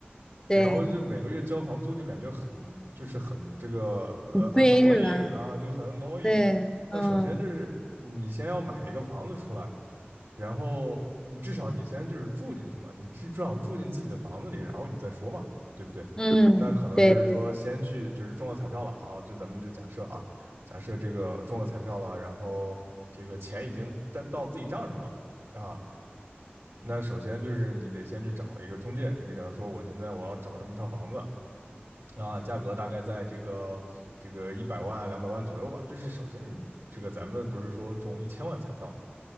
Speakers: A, on the left; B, on the right.
A: <laughs> 对，
B: 然后就每个月交房租就感觉很就是很这个呃
A: 很亏是吧？
B: annoying 啊，就很 annoying。
A: 对，
B: 那首先就是你先要买一个房子出来，
A: 嗯
B: 然后你至少你先就是住进去嘛，你至至少住进自己的房子里，然后你再说嘛，对不对？
A: 嗯，
B: 那可能就是说先去就是中了彩票了啊，
A: 对对对，
B: 就咱们就假设啊，假设这个中了彩票了，然后这个钱已经在到自己账上了。啊，那首先就是你得先去找一个中介，你就给他说，我现在我要找这么一套房子啊，价格大概在这个这个一百万两百万左右吧。就是首先你这个咱们不是说中一千万彩票嘛，